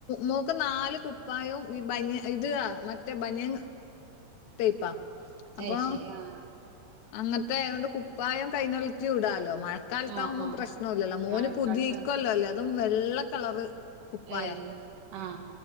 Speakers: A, on the left; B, on the right.
A: മോൾക് ക്ക് നാല് കൂ പ്പായവും ഈ ബനിയ ഇത മറ്റേ ബനിയ ടൈപ്പാ അപ്പൊ
B: അ്, ശരി ആഹ
A: അങ്ങനത്തെ അത കൊണ്ട് കുപ്പായം കൈനള്ളത്തി വിടാലോ മഴക്കാലത്താകുമ്പോം
B: ആഹ് ആഹ്
A: പ്രശ്ന ഇല്ലല്ലോ മോന്
B: മഴക്കാലത്താണ്
A: പുതിക്കുവല്ലോ അല്ലേ അതും വെള്ള കളറ് കുപ്പായ
B: ഏയ് ആഹ